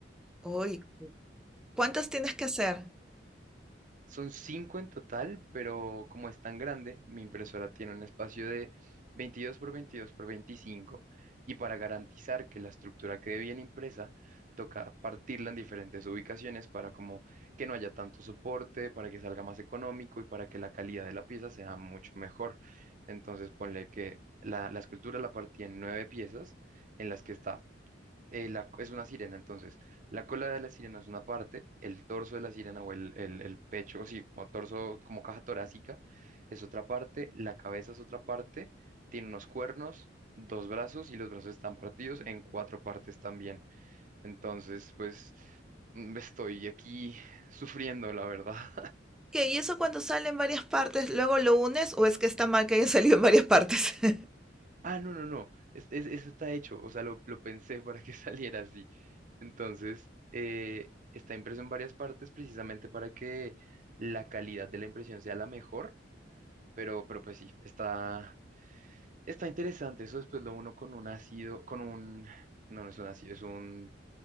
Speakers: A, in the centre; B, on the right.
A: Uy, ¿cuántas tienes que hacer?
B: Son cinco en total, pero como es tan grande, mi impresora tiene un espacio de 22 por 22 por 25 y para garantizar que la estructura quede bien impresa, toca partirla en diferentes ubicaciones para como que no haya tanto soporte, para que salga más económico y para que la calidad de la pieza sea mucho mejor. Entonces, ponle que la, la escultura la partí en nueve piezas en las que está eh, la- es una sirena, entonces. La cola de la sirena es una parte, el torso de la sirena o el, el, el pecho, o sí, como torso, como caja torácica, es otra parte, la cabeza es otra parte, tiene unos cuernos, dos brazos y los brazos están partidos en cuatro partes también. Entonces, pues mm, estoy aquí sufriendo, la verdad.
A: ¿Qué? ¿Y eso cuando sale en varias partes, luego lo unes o es que está mal que haya <laughs> salido en varias partes? <laughs>
B: Ah, no, no, no. Es, es- eso está hecho. O sea, lo, lo pensé para que <laughs> saliera así. Entonces, eh, está impreso en varias partes precisamente para que la calidad de la impresión sea la mejor. Pero, pero pues sí, está, está interesante. Eso después lo uno con un ácido, con un... No, no es un ácido, es un